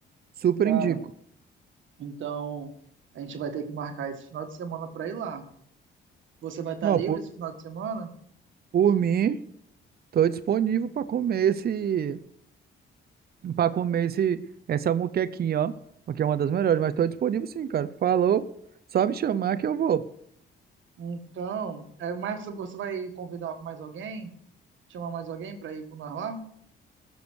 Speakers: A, on the right; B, on the right.
A: Super
B: cara.
A: indico.
B: Então, a gente vai ter que marcar esse final de semana para ir lá. Você vai estar
A: Não,
B: livre
A: por,
B: esse final de semana?
A: por mim, tô disponível pra comer esse. pra comer esse, essa muquequinha, ó. Porque é uma das melhores, mas tô disponível sim, cara. Falou, só me chamar que eu vou.
B: Então, é, mas você você vai convidar mais alguém? Chamar mais alguém para ir com nós lá?